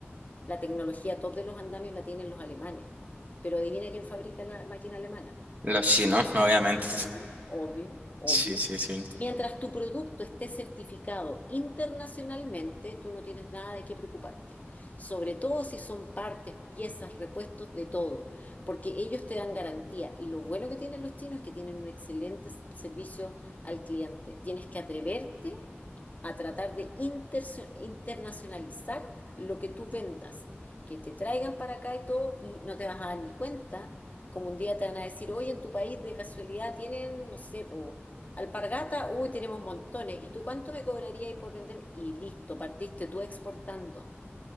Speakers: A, on the left; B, on the right.
A: La tecnología top de los andamios la tienen los alemanes. Pero adivina quién fabrica la máquina alemana.
B: Los chinos,
A: Sí,
B: obviamente.
A: Obvio, obvio, obvio.
B: Sí, sí, sí.
A: Mientras tu producto esté certificado internacionalmente, tú no tienes nada de qué preocuparte. Sobre todo si son partes, piezas, repuestos de todo, porque ellos te dan garantía. Y lo bueno que tienen los chinos es que tienen un excelente s- servicio al cliente. Tienes que atreverte a tratar de interso- internacionalizar lo que tú vendas, que te traigan para acá y todo y no te vas a dar ni cuenta, como un día te van a decir, oye, en tu país de casualidad tienen, no sé, po, alpargata, uy, tenemos montones, ¿y tú cuánto me cobrarías por vender? Y listo, partiste tú exportando.